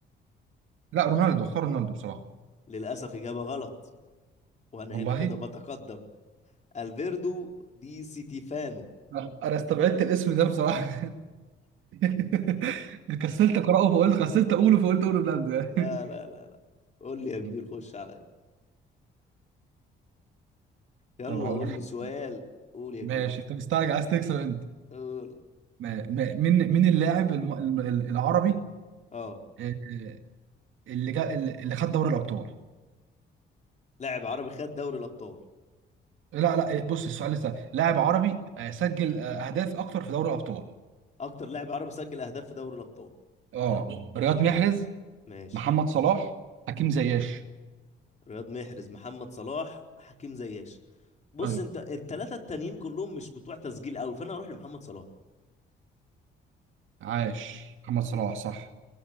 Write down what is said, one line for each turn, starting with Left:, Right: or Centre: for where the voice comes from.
Right: لا رونالدو اختار رونالدو بصراحه
Left: للاسف اجابه غلط وانا
Right: والله
Left: هنا كده بتقدم الفيردو دي سيتيفانو
Right: لا، انا استبعدت الاسم ده بصراحه <laughs> كسلت اقراه فقلت كسلت اقوله فقلت اقول رونالدو يعني
Left: لا لا لا لا قول لي يا كبير
Right: مم.
Left: خش عليا يلا
Right: طب هقول
Left: قول
Right: لك حاجه
Left: لي سؤال
Right: آه.
Left: قول يا
Right: ماشي
Left: كبير
Right: انت مستعجل عايز تكسب انت
Left: قول
Right: ما- ما- مين مين اللاعب الم- الم- العربي
Left: اه
Right: آه، آه، اللي جا اللي خد دوري الابطال
Left: لاعب عربي خد دوري الابطال
Right: لا لا آه، بص السؤال لسه لاعب عربي آه، سجل آه، اهداف اكتر في دوري الابطال
Left: اكتر لاعب عربي سجل اهداف في دوري الابطال
Right: اه رياض محرز
Left: ماشي ماشي
Right: محمد صلاح حكيم زياش
Left: رياض محرز محمد صلاح حكيم زياش بص
Right: ايوه
Left: انت الثلاثه التانيين كلهم مش بتوع تسجيل قوي فانا هروح لمحمد صلاح
Right: عاش محمد صلاح صح